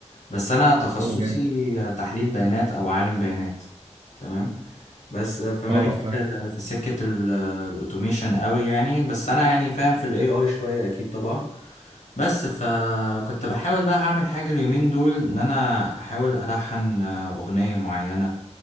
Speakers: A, on the left (about 80°); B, on the right (about 45°).
A: بس انا تخصصي
B: هو جامد
A: آه، تحليل بيانات او عالم بيانات تمام بس فماليش
B: اه فاهم
A: في في سكة ال- الاوتوميشن قوي يعني بس انا يعني فاهم في الاي اي شوية اكيد طبعا بس فكنت بحاول بقى اعمل حاجة اليومين دول ان انا احاول الحن اغنية معينة